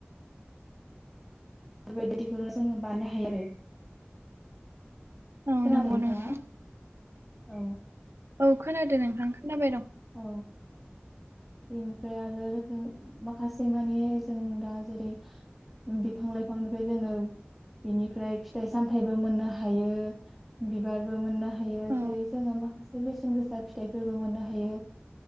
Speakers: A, in the centre; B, on the right.
A: बेफोरबायदिखौ जोङो बानाय हायो आरो
B: औ
A: खोनादों
B: नंगौ
A: नोंथाङा
B: नोंथां
A: औ
B: औ खोनादों नोंथां खोनाबाय दं
A: अ बेनिफ्राय आरो रोखोम माखासे मानि जों दा जेरै बिफां लाइफांनिफ्राय जोङो बिनिफ्राय फिथाइ सामथाइबो मोननो हायो बिबारबो मोननो हायो
B: औ
A: जेरै जोङो माखासे बेसेन गोसा फिथाइफोरबो मोननो हायो